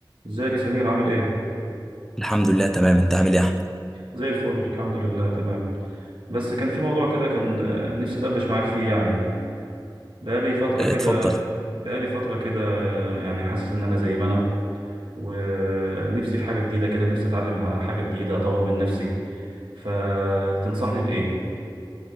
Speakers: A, on the right; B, in the centre.
A: ازيك يا سمير عامل ايه؟
B: الحمد لله تمام انت عامل ايه يا احمد
A: زي الفل الحمد لله تمام بس كان في موضوع كده كان آه، نفسي ادردش معاك فيه يعني بقالي فترة
B: اه،
A: كده
B: اتفضل
A: بقالي فترة كده آه، يعني حاسس ان انا زي ما انا ونفسي في حاجة جديدة كده نفسي اتعلم ح- حاجة جديدة اطور من نفسي فتنصحني بايه؟